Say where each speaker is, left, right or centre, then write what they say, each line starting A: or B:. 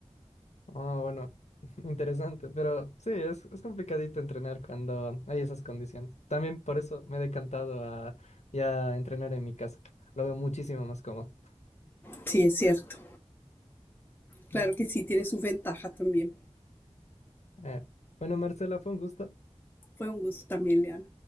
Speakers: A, on the left; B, on the left.
A: Ah, bueno, <laughs> interesante, pero sí, es, es complicadito entrenar cuando hay esas condiciones. También por eso me he decantado a ya entrenar en mi casa. Lo veo muchísimo más cómodo.
B: Sí, es cierto. Claro
A: Mm.
B: que sí, tiene sus ventajas también.
A: Eh, bueno, Marcela, fue un gusto.
B: Fue un gusto también, León.